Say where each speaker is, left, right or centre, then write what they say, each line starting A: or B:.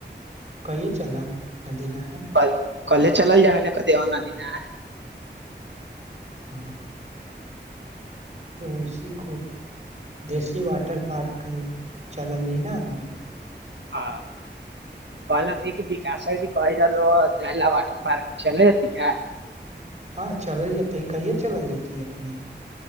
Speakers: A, on the right; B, on the right.
A: कहिया चलम नदी नहाय
B: कल कल्हे चलल जाै कदीआ बा नदी नहाई
A: हँ ओ उसी को देसी वाटर पार्क चलल जाइ न हमनी
B: हँ कहलत हइ की विकास सर जी कहैत रहलो ह जाइ लऽ वॉटर पार्क चलै हति का
A: हँ चलल जेतै कहिया चलल जेतै अपने